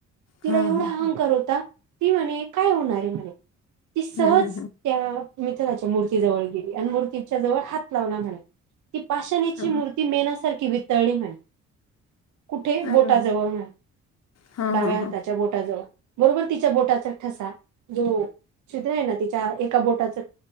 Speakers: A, on the right; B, on the left.
A: तिला
B: हां,
A: एवढा
B: हां,
A: अहंकार
B: हां.
A: होता... ती म्हणे काय होणार ए म्हणे... ती सहज
B: हं, हं, हं.
A: त्या विठ्ठलाच्या मूर्ती जवळ गेली... आणि मूर्तीच्या जवळ हात लावला म्हणे ती पाशाणेची
B: हां,
A: मूर्ती...
B: हां.
A: मेणासारखी वितळली म्हणे. कुठे?
B: अरे
A: बोटाजवळ
B: वाह!
A: म्हण...
B: हां,
A: डाव्या
B: हां,
A: हाताच्या
B: हां.
A: बोटाजवळ. बरोबर तिच्या बोटाचा ठसा... जो छिद्र ए ना तिच्या एका बोटाचं